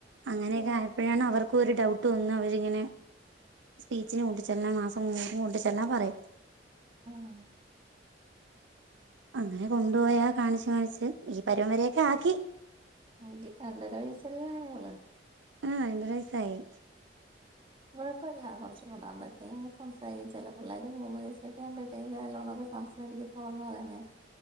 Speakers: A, on the right; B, on the right.
A: അങ്ങനെയൊക്കെ
B: ഓ
A: ആയപ്പോഴാണ് അവർക്ക ഒരു ഡൗട്ട് ഒന്നും അവരിങ്ങനെ സ്പീച്ചിന് കൊണ്ടിച്ചെല്ലാം മാസം മൂറി കൊണ്ടിച്ചെല്ലാം പറയും
B: ആ
A: അങ്ങനെ കൊണ്ടു പോയാ കാണിച്ചു കാണിച്ച് ഈ പരുപം വരയൊക്കെ ആക്കി
B: <unintelligible> രണ്ടര വയസ്സല്ലേ ആയോള്ളൂ
A: ആഹ് രണ്ടര വയസായി ഉ
B: കുഴപ്പമില്ല കുറച്ച കൂടാൻ പറ്റ സംസാരിക്കും ചില പിള്ളേർ മൂന്ന് വയസ്സൊക്കെ ആകുമ്പഴത്തേന് നല്ല ലോണൊക്കെ സംസാരിക്കും ഓൻ പറയുന്നെ